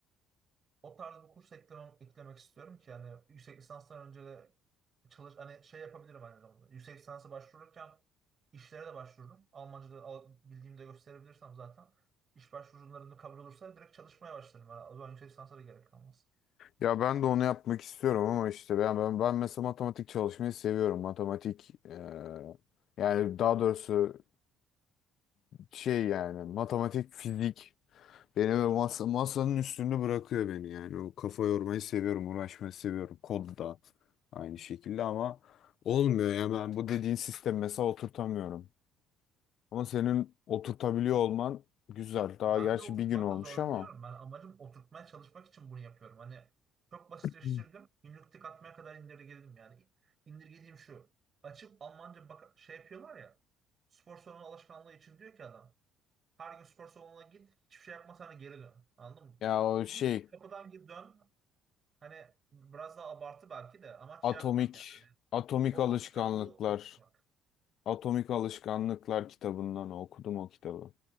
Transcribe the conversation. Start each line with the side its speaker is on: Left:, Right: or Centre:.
Right: O tarz bir kurs ekleme- eklemek istiyorum ki yani yüksek lisanstan önce de çalış hani şey yapabilirim aynı zamanda. Yüksek lisansa başvururken işlere de başvururum. Almanca'da al- bildiğimde gösterebilirsem zaten iş başvurularında kabul olursa direkt çalışmaya başlarım. Yani o zaman yüksek lisansa da gerek kalmaz.
Left: ya ben de onu yapmak istiyorum ama işte ben ben, ben mesela matematik çalışmayı seviyorum matematik e, yani daha doğrusu şey yani matematik, fizik beni ve masa, masanın üstünde bırakıyor beni yani. O kafa yormayı seviyorum, uğraşmayı seviyorum. Kod da aynı şekilde ama olmuyor ya ben bu dediğin sistem mesela oturtamıyorum. Ama senin oturtabiliyor olman güzel. Daha
Right: Ben
Left: gerçi
Right: de oturtmakta
Left: bir gün olmuş
Right: zorlanıyorum.
Left: ama
Right: Ben amacım oturtmaya çalışmak için bunu yapıyorum. Hani çok basitleştirdim.
Left: Hmm.
Right: Günlük tık atmaya kadar indirgedim yani. İndirgediğim şu. Açıp Almanca bak şey yapıyorlar ya. Spor salonu alışkanlığı için diyor ki adam. Her gün spor salonuna git. Hiçbir şey yapmasana geri dön. Anladın mı?
Left: ya o
Right: Git
Left: şey
Right: kapıdan gir dön. Hani biraz daha abartı belki de amaç
Left: atomik
Right: şey yapmak yani. Hani
Left: atomik
Right: o
Left: alışkanlıklar,
Right: alışkanlığı oturtmak.
Left: atomik alışkanlıklar kitabından okudum o kitabı.